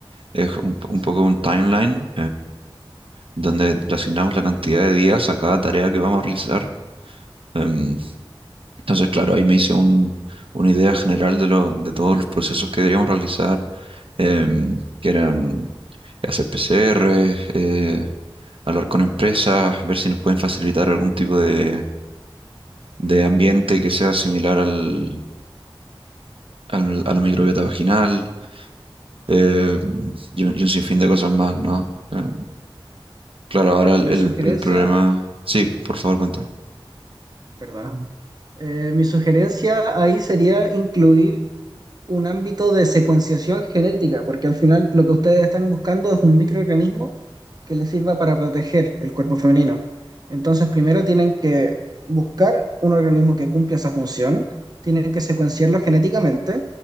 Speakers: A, on the right; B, on the right.
A: es un, po-
B: Sí.
A: un poco un timeline. donde le asignamos la cantidad de días a cada tarea que vamos a realizar. Em, Entonces, claro, ahí me hice un- una idea general de, lo- de todos los procesos que deberíamos realizar, em, que eran hacer PCR, eh, hablar con empresas, ver si nos pueden facilitar algún tipo de, de ambiente que sea similar al, al- a la microbiota vaginal, eh, y, un, y un sinfín de cosas más, ¿no? Em, claro, ahora el,
B: Mi
A: el-
B: sugerencia,
A: el problema... Sí, por favor, cuéntame.
B: perdón. Eh, mi sugerencia ahí sería incluir un ámbito de secuenciación genética, porque al final lo que ustedes están buscando es un microorganismo que les sirva para proteger el cuerpo femenino. Entonces, primero tienen que buscar un organismo que cumpla esa función, tienen que secuenciarlo genéticamente